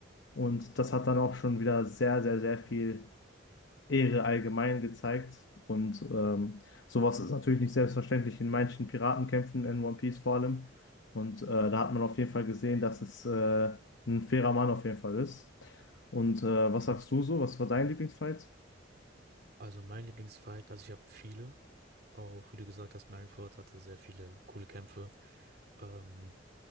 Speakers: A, on the left; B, on the right.
A: Und das hat dann auch schon wieder sehr, sehr, sehr viel Ehre allgemein gezeigt. Und ähm, sowas ist natürlich nicht selbstverständlich in manchen Piratenkämpfen in One Piece vor allem. Und äh, da hat man auf jeden Fall gesehen, dass es äh, ein fairer Mann auf jeden Fall ist. Und äh, was sagst du so? Was war dein Lieblingsfight?
B: Also mein Lieblingsfight, also ich habe viele, auch wie du gesagt hast, Marineford hatte sehr viele coole Kämpfe. Ähm,